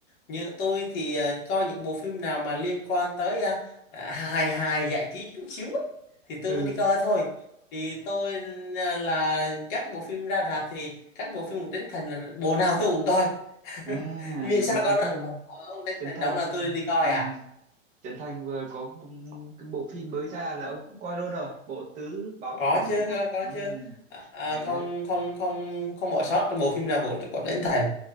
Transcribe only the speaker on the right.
ừ
à
vừa Trấn
Thành
Trấn
Thành
ừ.
Trấn Thành vừa có b- cái bộ phim mới ra là ông cũng coi luôn rồi Bộ Tứ Báo
Thủ
đúng không?
Ừ
hay
đấy